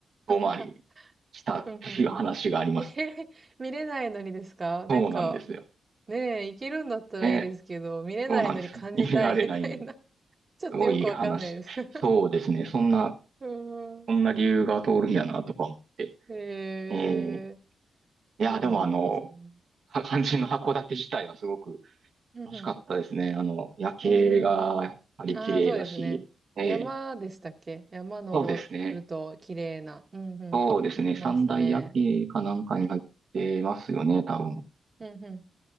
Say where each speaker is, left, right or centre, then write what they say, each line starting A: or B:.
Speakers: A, on the right; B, on the right.
A: 遠回りしたっていう話があります。
B: <laughs> ふんふんふん。えへへ、見れないのにですかなんか、
A: そうなんですよ。
B: ねえ、行けるんだったらいいですけど、
A: ね。
B: 見れないのに感じたいみたいな。
A: そうなんです。<laughs> 見られないのに。
B: <laughs> ちょっとよくわかんないです。
A: すごい話。
B: <laughs>
A: そうですね。そんな、
B: うーん。
A: そんな理由が通るんやなとか思って。
B: へえ、
A: えーいや、
B: そうなんですね。
A: でもあの、か肝心の函館自体はすごく
B: うんうん。
A: 楽しかったですね。あの、夜景がやっぱり綺麗だし、
B: うんうんうん。ああ、そうですね。
A: ええ、
B: 山でしたっけ山登ると綺麗な。
A: そうですね。
B: うんうん。
A: そうですね。
B: 行きましたね。
A: 三大夜景かなんかに入ってますよね、多分。
B: うんうん。